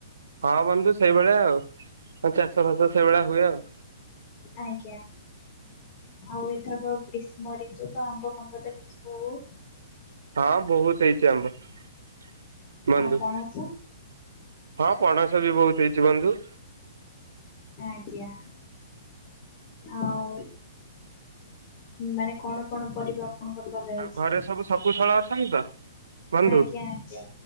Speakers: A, on the right; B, on the left.
A: ହଁ ବନ୍ଧୁ ସେଇ ଭଳିଆ ଆଉ ପଞ୍ଚା ସବୁ ହୁଏ ଆଉ।
B: ଆଜ୍ଞା ଆଉ ଏଥରକ ଗ୍ରୀଷ୍ମ ରିତୁ ତ ଆମ୍ବ ଫାମ୍ବ ତ ହେଇଥିବ ବୋହୁ।
A: ହଁ ବୋହୁତ ହେଇଛି ଆମ୍ୱ। ବନ୍ଧୁ
B: ଆଉ ପଣସ
A: ହଁ ପଣ ସ ବି ବୋହୁତ ହେଇଚି ବନ୍ଧୁ।
B: ଆଜ୍ଞା ଆଉ ମାନେ କଣ କଣ ପରିବା ଆପଣଙ୍କର ଲଗା ହେଇଛି?
A: ଆଉ ଘରେ ସବୁ ଶକୁଶଳ ଛନ୍ତି ତ। ବନ୍ଧୁ
B: ଆଜ୍ଞା ଆଜ୍ଞା